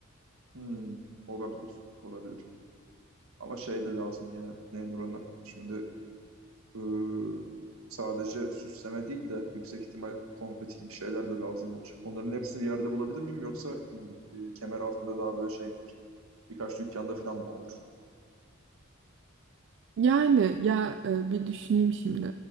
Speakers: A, on the right (about 80°); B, on the right (about 60°).
A: Hmm, olabilir. Olabilir. Ama şey de lazım ya. Ne denir ona? Şimdi e, sadece süsleme değil de yüksek ihtimal konfeti gibi şeyler de lazım olacak. Onların hepsini bir yerde bulabilir miyim yoksa e, kemer altında daha böyle şey midir? Birkaç dükkanda falan mı olur?
B: Yani ya e, bir düşüneyim şimdi.